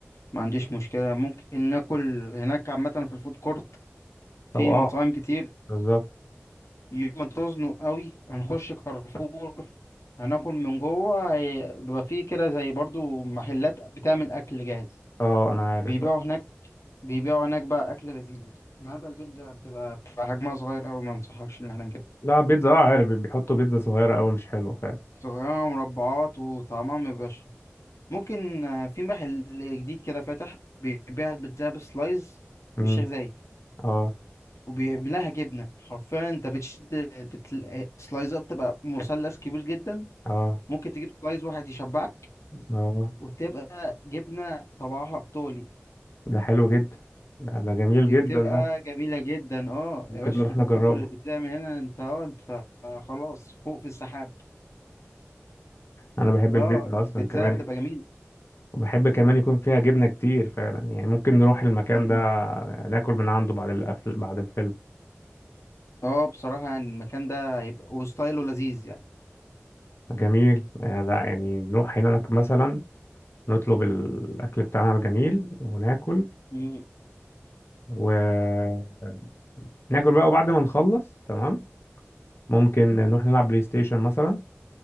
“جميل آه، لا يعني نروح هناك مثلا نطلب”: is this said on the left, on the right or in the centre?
Left